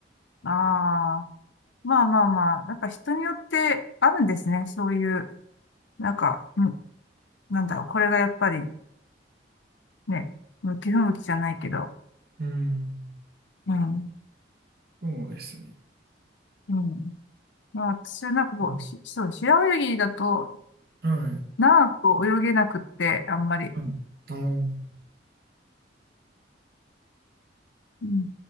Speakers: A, on the left; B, on the right.
A: ああー。まあまあまあ、やっぱ人によってあるんですね。そういう、なんか、うん、なんだろう、これがやっぱりね、向き不向きじゃないけど、
B: うん。
A: うん、
B: そうですね。
A: うん。まあ私はなんかこう、
B: うん。
A: し、そう、平泳ぎだと、
B: はい。
A: 長く泳げなくって、あんまり。
B: はい。あー
A: うん、